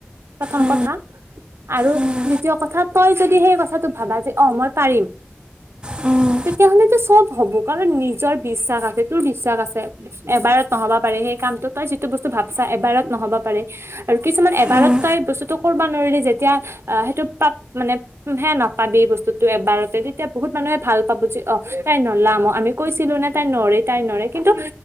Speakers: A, on the right; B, on the right.
A: প্ৰথম
B: উম,
A: কথা আৰু
B: উম,
A: দ্বিতীয় কথা তই যদি সেই কথাটো ভাবা যে অ, মই পাৰিম
B: উম,
A: তেতিয়া হলেতো চব হ'ব কাৰণ নিজৰ বিশ্বাস আছে তোৰ বিশ্বাস আছে। এবাৰত নহ'ব পাৰে সেই কামটো তই যিটো বস্তু ভাবছা এবাৰত নহ'ব পাৰে। আৰু কিছুমান এবাৰত
B: উম,
A: তই বস্তুটো কৰিব নোৱাৰিলি যেতিয়া অ, সেইটো পাব মানে হে নাপাবি বস্তুত তো এবাৰতে তেতিয়া বহুত মানুহে ভাল পাব যে অ, তাই নলাম অ, আমি কৈছিলোঁ নে তাই নৰে। তাই নৰে কিন্তু